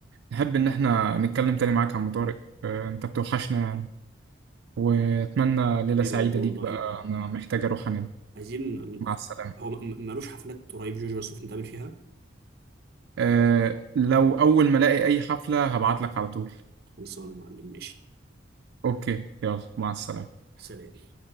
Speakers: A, on the right; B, on the right.
A: نحب إن إحنا نتكلم تاني معاك يا عم طارق آه، أنت بتوحشنا يعني وأتمنى ليلة
B: ليه
A: سعيدة
B: بقى جو
A: ليك
B: والله
A: بقى أنا محتاج أروح أنام
B: عايزين ن-
A: مع السلامة
B: هو م- م- مالوش حفلات قريب جورج وسوف نتقابل فيها
A: أه لو أول ما ألاقي أي حفلة هبعت لك على طول
B: خلصانة يا معلم ماشي
A: أوكي يلا مع السلامة
B: سلام